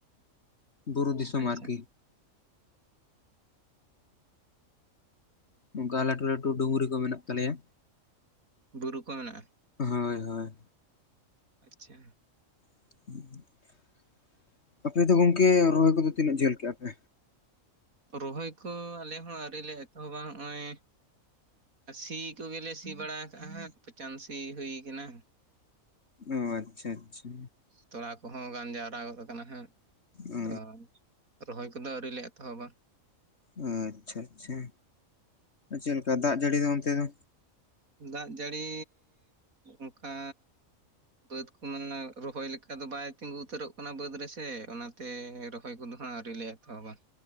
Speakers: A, on the left; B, on the right.
A: ᱵᱩᱨᱩ ᱫᱤᱥᱚᱢ
B: ᱟᱪᱪᱷᱟ
A: ᱟᱨᱠᱤ ᱱᱚᱝᱠᱟ ᱞᱟᱹᱴᱩ ᱞᱟᱹᱴᱩ ᱰᱩᱝᱨᱤ ᱠᱚ ᱢᱮᱱᱟᱜ ᱛᱟᱞᱮᱭᱟᱹ
B: ᱵᱩᱨᱩ ᱠᱚ ᱢᱮᱱᱟᱜᱼᱟ
A: ᱦᱳᱭ ᱦᱳᱭ
B: ᱟᱪᱪᱷᱟ
A: <unintelligible> ᱟᱯᱮ ᱫᱚ ᱜᱚᱝᱠᱮ ᱨᱚᱦᱚᱭ ᱠᱚᱫᱚ ᱛᱤᱱᱟᱹᱜ ᱡᱷᱟᱹᱞ ᱠᱮᱜᱼᱟ ᱯᱮ
B: ᱨᱚᱦᱚᱭ ᱠᱚ ᱟᱞᱮ ᱦᱚᱸ ᱟᱹᱣᱨᱤ ᱞᱮ ᱮᱛᱚᱦᱚᱵᱟ ᱦᱚᱸᱜ ᱚᱭ ᱟᱨ ᱥᱤ ᱠᱚᱜᱮᱞᱮ ᱥᱤ ᱵᱟᱲᱟ ᱟᱠᱟᱜᱼᱟ ᱦᱟᱸ ᱯᱚᱪᱟᱱ ᱥᱤ ᱦᱩᱭ ᱠᱟᱱᱟᱹ
A: ᱚ ᱟᱪᱪᱷᱟ ᱟᱪᱪᱷᱟ᱾
B: ᱛᱚᱲᱟ ᱠᱚᱦᱚᱸ ᱜᱟᱱ ᱡᱟᱣᱨᱟ ᱜᱚᱫ ᱠᱟᱱᱟ ᱦᱟᱸᱜ, ᱟᱫᱚ
A: ᱚ
B: ᱨᱚᱦᱚᱭ ᱠᱚᱫᱚ ᱟᱹᱣᱨᱤ ᱞᱮ ᱮᱛᱚᱦᱚᱵᱟ᱾
A: ᱚ ᱟᱪᱪᱷᱟ ᱪᱷᱟ ᱪᱷᱟ ᱪᱮᱫ ᱞᱮᱠᱟ ᱫᱟᱜ ᱡᱟᱹᱲᱤ ᱫᱚ ᱚᱱᱛᱮ ᱫᱚ?
B: ᱫᱟᱜ ᱡᱟᱹᱲᱤ ᱚᱠᱟ ᱵᱟᱹᱫ ᱠᱚ ᱢᱟᱱᱮ ᱨᱚᱦᱚᱭ ᱞᱮᱠᱟ ᱫᱚ ᱵᱟᱭ ᱛᱤᱸᱜᱩ ᱩᱛᱟᱹᱨᱚᱜ ᱠᱟᱱᱟ ᱵᱟᱹᱫᱽ ᱨᱮᱥᱮ, ᱚᱱᱟ ᱛᱮ ᱨᱚᱦᱚᱭ ᱠᱚᱫᱚ ᱦᱟᱸᱜ ᱟᱹᱣᱨᱤ ᱞᱮ ᱮᱛᱚᱦᱚᱵᱟ᱾